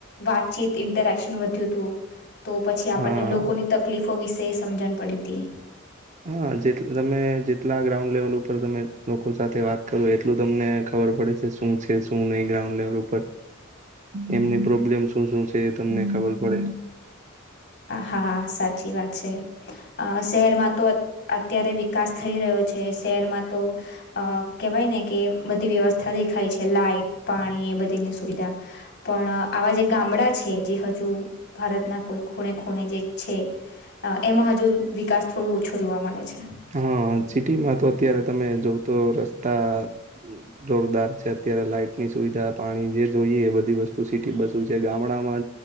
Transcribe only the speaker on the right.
હા
હા જે તમે જેટલા ગ્રાઉન્ડ લેવલ ઉપર તમે લોકો સાથે વાત ું એટલું તમને ખબર પડે છે શું છે શું નહીં ગ્રાઉન્ડ ઉપ એમની પ્રોબ્લેમ શું શું છે એ તમને ખબર પડે
હા સિટીમાં તો અત્યારે તમે જોવ તો રસ્તા જોરદાર છે અત્યારે લાઈટ ની સુવિધા પાણી જે જોઈએ એ બધી વસ્તુ સિટી બસો છે ગામડા